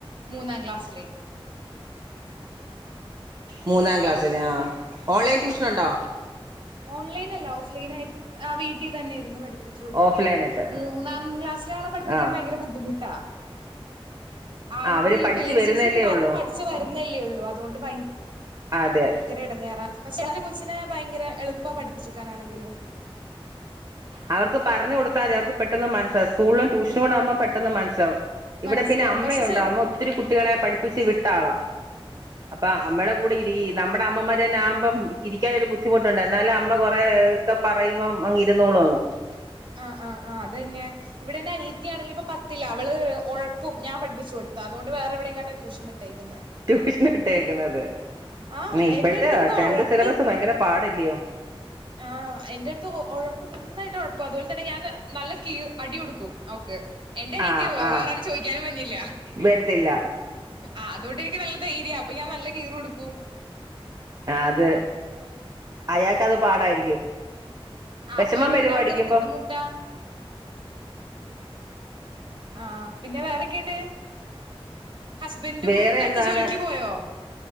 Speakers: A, on the right; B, on the right.
A: മൂന്നാം ക്ലാസ്സിലേം.
B: മൂന്നാം ക്ലാസ്സിലെ. ആഹ്. ഓൺലൈൻ ട്യൂഷനൊണ്ടോ?
A: ഓൺലൈനല്ല ഓഫ്ലൈനായിട്ട് ആ വീട്ടി തന്നെ ഇര്ന്ന് പഠിപ്പിച്ചു കൊടുക്കും.
B: ഓഫ്‌ലൈൻ ആയിട്ട്
A: മൂന്നാം ക്ലാസിലെ ആളെ പഠിപ്പിക്കാൻ
B: ആഹ്
A: ഭയങ്കര ബുദ്ധിമുട്ടാ. ആൾക്ക്
B: ആഹ് അവര്
A: ഈ
B: പഠിച്ചു
A: ബേസിക്സ്
B: വരുന്നല്ലേ
A: ഇപ്പൊ പറഞ്
B: ഉള്ളൂ
A: പഠിച്ച് വരുന്നല്ലേ ഒള്ളൂ. അതുകൊണ്ട് ഭയ
B: അതെ.
A: എടങ്ങേറാ. പക്ഷേ ചെല കൊച്ചിനെ ഭയങ്കര എളുപ്പ പഠിപ്പിച്ചൊട്ക്കാനാണെങ്കിലും.
B: അവർക്ക് പറഞ്ഞ കൊടുത്താതി അവർക്ക് പെട്ടെന്ന് മൻസ്സ് സ്കൂളിലും ട്യഷനൂടെ ആകുമ്പോ പെട്ടെന്ന് മൻസ്സിലാവും. ഇവിടെ
A: മനസ്സിലാവും
B: പിന്നെ അമ്മയുണ്ട്
A: പക്ഷെ ചെറു
B: അമ്മ ഒത്തിരി കുട്ടികളെ പഠിപ്പിച്ച് വിട്ടാളാ. അപ്പൊ അമ്മേടെ കൂടെ ഇരി നമ്മുടെ അമ്മമാരെ ടെ തന്നെ ആകുമ്പം ഇരിക്കാനൊരു ബുദ്ധിമുട്ടുണ്ട്. എന്നാലും
A: ആഹ്
B: അമ്മ കൊറേ ഒക്കെ പറയുമ്പം അങ്ങ് ഇരുന്നോളും. <inaudible>
A: ആഹ് ആഹ് ആഹ് അതന്നെ. ഇവിടെന്റെ അനിയത്തിയാണെങ്കില് ഇപ്പൊ പത്തിലാ. അവള് ഒഴപ്പും ഞാൻ പഠപ്പിച്ചു കൊടുത്ത. അതുകൊണ്ട് വേറെവിടേങ്ങാണ്ട ടൂഷൻ വിട്ടേക്കുന്നേ.
B: ട്യൂഷന് വിട്ടേക്കുന്നത്.
A: ആഹ്
B: ന്നേ ഇപ്പഴത്തെ
A: എന്റെ അടുത്തിരുന്ന്
B: ടെൻത്
A: ഒഴപ്പി
B: സിലബസ് ഭയങ്കര പാടല്ലയോ?
A: ആഹ് എന്റട്ത്ത് ഒ ഒഴപ്പും നന്നായിട്ട് ഒഴപ്പും. അതുപോലെ തന്നെ ഞാൻ നല്ല കീ അടി കൊടുക്കും അവക്ക്. എന്റനിയത്തിയാണല്ലോ?
B: ആഹ് ആഹ്
A: വേറാരും ചൊയ്ക്കാനും വഞ്ഞില്ല.
B: വരത്തില്ല
A: ആ അതുകൊണ്ടനിക്ക് നല്ല ധൈര്യാ. അപ്പൊ ഞാൻ നല്ല കീറ് കൊടുക്കും.
B: ആതെ. അയാക്കത് പാടായിരിക്കും.
A: ആ
B: വിഷമം
A: അപ്പൊ അതുകൊണ്ട്
B: വരുവോ
A: അവർക്കത്
B: അടിക്കുമ്പോ
A: ബുദ്ധിമുട്ടാ. ആ പിന്നെ വേറെക്കെയുണ്ട്? ഹസ്ബൻറും
B: വേറെ
A: ഒക്കെ
B: എന്താണ്
A: ജോലിക്ക് പോയോ?